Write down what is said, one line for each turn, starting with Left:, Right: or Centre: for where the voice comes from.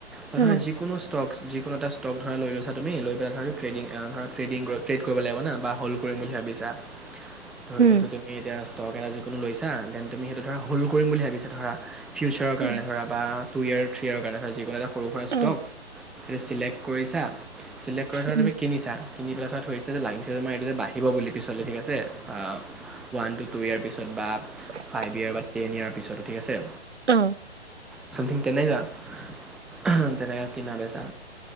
Centre: আৰু
Right: অ',
Centre: ধৰা যিকোনো ষ্টকচ। যিকোনো এটা ষ্টক ধৰা লৈ লৈছা তুমি। লৈ পেলাই ধৰা ট্ৰেডিং ধৰা ট্ৰেডিং ট্ৰেড কৰিব লাগা বা হল্ কৰিম বুলি ভাবিছা ধৰি
Right: উম,
Centre: লৈছো তুমি এতিয়া। লগ এটা যিকোনো লৈছা দেন। তুমি সেইটো ধৰা হ'ল্ কৰিম বুলি ভাবিছা ধৰা। ফিউচাৰৰ কাৰণে
Right: উম,
Centre: ধ'ৰাব বা টু ইয়াৰ থ্ৰি। কিহৰ কৰণে। তাৰ যিকোনো এটা সৰু সুৰা ষ্টক
Right: অ',
Centre: সেইটো চিলেক্ট কৰিছা? চিলেক্ট কৰি থোৱা
Right: উম,
Centre: তুমি কিনিছা কিনি পেলাই ধৰা ধৰিছ যে লাগিছে তোমাৰ এইটো যে বাঢ়িব বুলি পিছলৈ ঠিক আছে। যে, অ ওৱান- টু, টু ইয়াৰ পিছত কিবা।
Right: চফফ
Centre: ফাইভ ইয়েৰ বা টেন ইয়েৰ পিছত ঠিক আছে।
Right: অ।
Centre: চামথিং তেনেযা অহম তেনেকে কিনা বেছা।